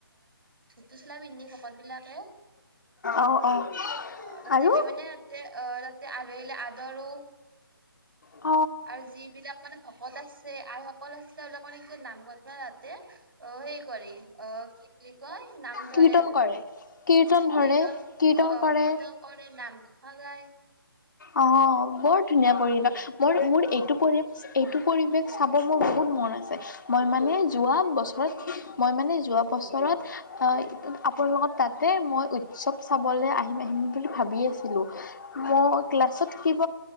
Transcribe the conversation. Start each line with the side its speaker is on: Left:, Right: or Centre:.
Right: ধুু চলাই পিন্ধি ভকত বিলাকে
Left: অ অ
Right: অ তাতে
Left: আৰু
Right: আমি মানে তাতে অ তাতে আলহী আদৰো
Left: স
Right: আৰু যিবিলাক মানে ভকত আছে আইসকল আছিলে এইবলাক মানে কি নামঘতনা তাতে অ হে কৰি অ কি বুলি কয় নাম ধৰে
Left: কীৰ্তন কৰে
Right: কীৰ্তন
Left: ধৰে কীৰ্তন
Right: অ
Left: কৰে
Right: কীৰ্তন কৰে নাম খ যায়
Left: আহ বৰ ধুনীয়া পৰিৱেশ মোৰ মোৰ এইটো পৰি এইটো পৰিৱেশ চাব মোৰ বহুত মন আছে মই মানে
Right: অ
Left: যোৱা বছৰত মই মানে যোৱা ব্ত ফলত আহ আপোনাৰ লগত তাতে মই উৎসৱ চাবলৈ আহিম আহিম বুলি ভাবি আছিলো মই ক্লাছত শিকিব